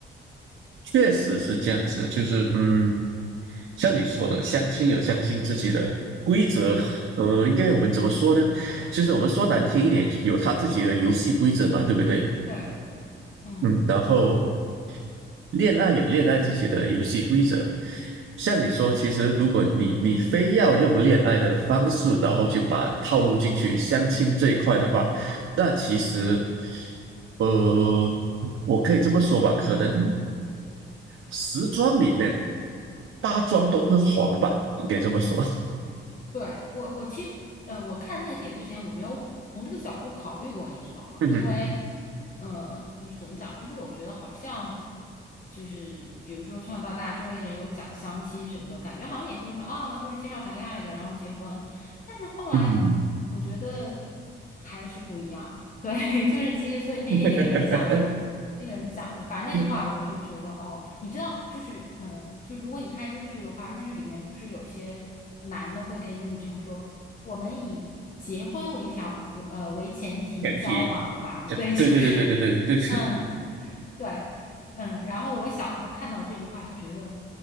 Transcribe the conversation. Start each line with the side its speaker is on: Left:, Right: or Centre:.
Right: 确实是这样子的就是嗯，像你说的，相亲有相亲自己的规则，呃，应该我们怎么说呢？就是我们说难听一点，有他自己的游戏规则嘛，对不对？
Left: 对对对，嗯。
Right: 嗯，然后恋爱有恋爱自己的游戏规则，像你说，其实如果你你非要用恋爱的方式，然后去把套路进去相亲这一块的话，那其实，呃，我可以这么说吧，可能时装里面八桩都会黄吧，应该这么说。
Left: 对，我，我其实，呃，我看那个帖子之前，我没有从这个角度考虑过，你知道吗？
Right: <laughs> 嗯哼
Left: 因为，呃，就是怎么讲，就是我觉得好像，就是比如说从小到大，周围人有讲相亲什么的，感觉好像也就是啊，就是介绍谈恋爱的，然后结婚。但是后来，
Right: 嗯
Left: 我觉得还是不一样。对，<laughs> 就是其实，所以那天那个人讲的，
Right: 哼，
Left: 那个人讲的，反正那句话我就觉得，
Right: <laughs>
Left: 哦，你知道，就是，嗯、呃就如果你看日剧的话，日剧里面不是有些男的会跟一个女生说，我们以结婚为条，呃，为前提交往吧，
Right: 前提，
Left: <laughs> 对，就是，
Right: 对对对对对对对。
Left: 嗯。对，嗯，然后我小时候看到这句话就觉得